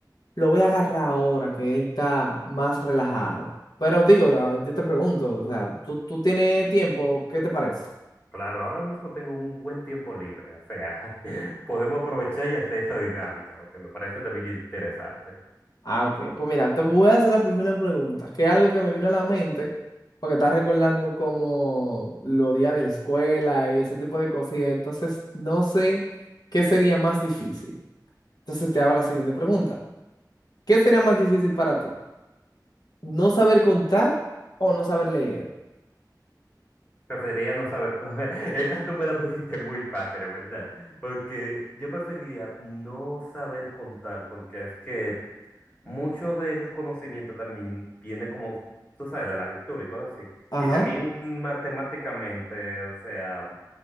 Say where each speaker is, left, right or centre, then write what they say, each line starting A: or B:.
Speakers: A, on the left; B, on the left.
A: lo voy a agarrar ahora que él está más relajado. Pero digo, ah, yo te pregunto, o sea, ¿tú, tú tienes tiempo? ¿Qué te parece?
B: Claro, ahora mismo tengo un buen tiempo libre, o sea, <laughs> podemos aprovechar y hacer esa dinámica, lo que me parece también interesante.
A: Ah, ok. Pues mira, te voy a hacer la primera pregunta, que es algo que me vino a la mente, porque estás recordando como los días de la escuela y ese tipo de cosillas. Entonces, no sé qué sería más difícil. Entonces, te hago la siguiente pregunta. ¿Qué sería más difícil para ti? ¿No saber contar o no saber leer?
B: Preferiría no saber, cu- <laughs> esta tú me la pusiste muy fácil, en ¿verdad? Porque yo preferiría no saber contar, porque es que mucho del conocimiento también viene como, tú sabes, de la lectura y cosas así.
A: Ajá.
B: Y también matemáticamente, o sea,